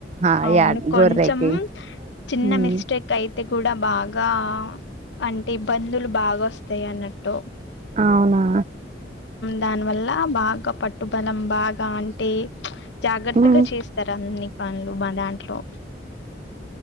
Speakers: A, on the right (about 35°); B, on the left (about 85°).
A: ఆ
B: అవును
A: యా
B: కొంచెం
A: గొర్రెకి
B: చిన్న
A: ఉమ్
B: మిస్టేక్ అయితే కూడా బాగా అంటే ఇబ్బందులు బాగా వస్తాయి అన్నట్టు
A: అవునా
B: దానివల్ల బాగా పట్టుబలం బాగా అంటే జాగ్రత్తగా
A: మ్మ్
B: చేస్తారు అన్ని పనులు మా దాంట్లో